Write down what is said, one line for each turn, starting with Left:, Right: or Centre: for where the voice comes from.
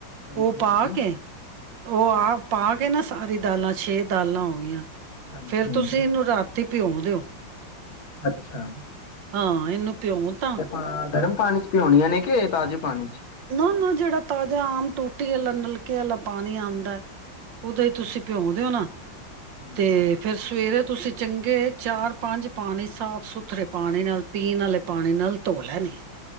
Left: ਹਾਂਜੀ-ਹਾਂਜੀ,
Right: ਉਹ ਪਾ ਕੇ ਉਹ ਆ ਪਾ ਕੇ ਨਾ ਸਾਰੀ ਦਾਲਾਂ ਛੇ ਦਾਲਾਂ ਹੋ ਗਈਆਂ।
Left: ਹਾਂਜੀ-ਹਾਂਜੀ
Right: ਫੇਰ ਤੁਸੀਂ ਇਹਨੂੰ ਰਾਤ ਭਿਉਂ ਦਿਓ
Left: ਅੱਛਾ।
Right: ਹਾਂ ਇਹਨੂੰ ਭਿਉਂ ਤਾਂ
Left: ਤੇ ਆਪਾਂ ਗਰਮ ਪਾਣੀ ਚ ਭਿਉਣੀਆਂ ਨੇ? ਕੇ ਤਾਜ਼ੇ ਪਾਣੀ ਚ
Right: ਨਾ-ਨਾ ਜਿਹੜਾ ਤਾਜ਼ਾ ਆਮ ਟੂਟੀ ਵਾਲਾ, ਨਲਕੇ ਵਾਲਾ ਪਾਣੀ ਆਉਂਦਾ ਹੈ ਉਹਦੇ
Left: ਅੱਛਾ,
Right: ਚ ਤੁਸੀਂ ਭਿਉਂ ਦਿਉ ਨਾ
Left: ਹਾਂਜੀ-ਹਾਂਜੀ।
Right: ਤੇ ਫਿਰ ਸਵੇਰੇ ਤੁਸੀਂ ਚੰਗੇ ਚਾਰ-ਪੰਜ ਪਾਣੀ ਸਾਫ ਸੁਥਰੇ ਪਾਣੀ ਨਾਲ ਪੀਣ ਵਾਲੇ ਪਾਣੀ ਨਾਲ ਧੋ ਲੈਣੀ।